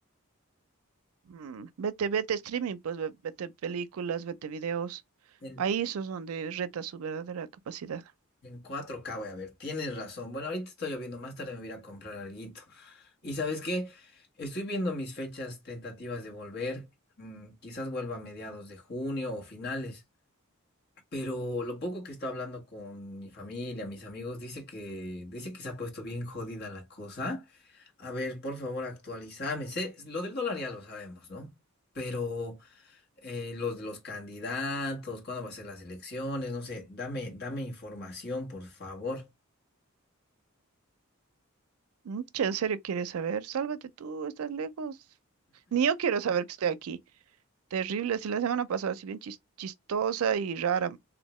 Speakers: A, on the right; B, on the left.
A: Mm, vete, vete streaming, pues ve- vete películas, vete videos.
B: En,
A: Ahí eso es donde reta su verdadera capacidad.
B: en 4K voy a ver, tienes razón. Bueno, ahorita está lloviendo, más tarde me voy a ir a comprar alguito. Y ¿sabes qué? Estoy viendo mis fechas tentativas de volver. mm, quizás vuelva a mediados de junio o finales. Pero lo poco que está hablando con mi familia, mis amigos, dice que, dice que se ha puesto bien jodida la cosa. A ver, por favor, actualizame. Sé- lo del dólar ya lo sabemos, ¿no? Pero eh, los de los candidatos, cuándo va a ser las elecciones, no sé, dame, dame información, por favor.
A: Mm, che, ¿en serio quieres saber? Sálvate tú, estás lejos. Ni yo quiero saber que estoy aquí. Terrible, así la semana pasada, así bien chis- chistosa y rara.